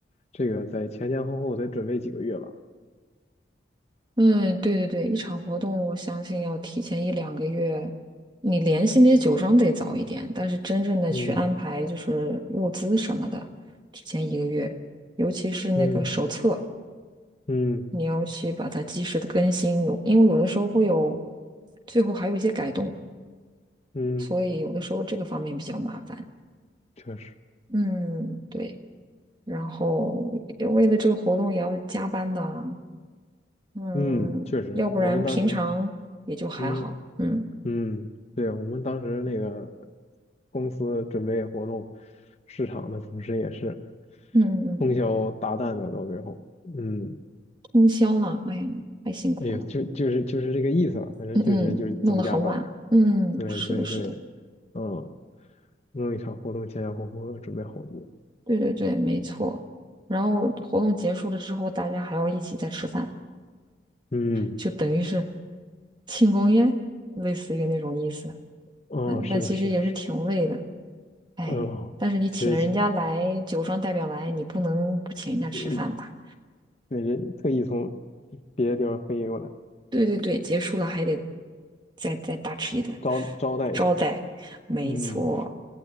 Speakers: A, on the left; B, on the right.
A: 这个在前前后后得准备几个月吧？
B: 嗯，对对对，一场活动我相信要提前一两个月，你联系那些酒庄得早一点，但是真正的去安排就是物资什么的，
A: 嗯
B: 提前一个月，尤其是那个手册，
A: 嗯嗯
B: 你要去把它及时的更新，有因为有的时候会有，最后还有一些改动，
A: 嗯，
B: 所以有的时候这个方面比较麻烦。
A: 确实。
B: 嗯，对，然后也为了这个活动也要加班的啊，嗯，
A: 嗯，确实，
B: 要不然平常也就还好，
A: 我们当时，嗯
B: 嗯
A: 嗯，对，我们当时那个公司准备活动，市场的同时也是
B: 嗯嗯，嗯，
A: 通宵达旦的到最后，嗯，
B: 通宵呢，哎呀，太辛苦了，
A: 哎呀，就就是就是这个意思吧，反正确实就是总加班儿
B: 嗯嗯，弄得很晚，嗯，
A: 对对对，
B: 是的，是的，
A: 嗯，弄一场活动前前后后要准备好多，
B: 对对对，没错。然后活动结束了之后，大家还要一起再吃饭，
A: 嗯，
B: 就等于是庆功宴，类似于那种意思，
A: 哦，
B: 但但其实也是挺累的。
A: 是的，是的，是
B: 哎，
A: 的，哦，
B: 但是你请了人家来，
A: 其实其，
B: 酒庄代表来，你不能不请人家吃饭吧？
A: 嗯，那人特意从别的地方飞过来
B: 对对对，结束了还得再再大吃一顿，
A: 招招待一下，
B: 招待，没错，
A: 嗯。